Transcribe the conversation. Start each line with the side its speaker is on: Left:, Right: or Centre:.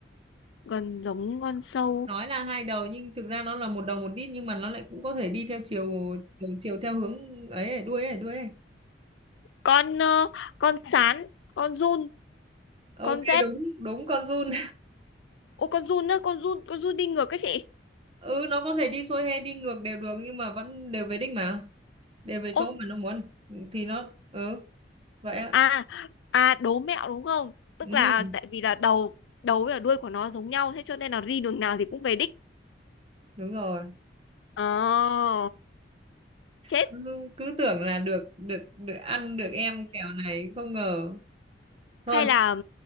Left: gần giống con sâu
Right: nói là hai đầu nhưng thực ra nó là một đầu một đít nhưng mà nó lại cũng có thể đi theo chiều chiều, chiều theo hướng ấy, ấy đuôi ấy đuôi ấy
Left: con ờ, con sán con giun
Right: ok
Left: con rết
Right: đúng đúng con giun
Left: ô con giun á con giun con giun đi ngược cái chị
Right: ừ nó có thể đi xuôi hay đi ngược đều được nhưng mà vẫn đều về đích mà đều về
Left: ô
Right: chỗ mà nó muốn thì nó ừ vậy á
Left: à à đố mẹo đúng không tức
Right: ừ,
Left: là tại vì là đầu đầu với cả đuôi của nó giống nhau thế cho nên là đi đường nào thì cũng về đích
Right: đúng rồi
Left: ờ chết
Right: cứ cứ tưởng là được được được ăn được em kẹo này không ngờ
Left: hay
Right: thôi
Left: là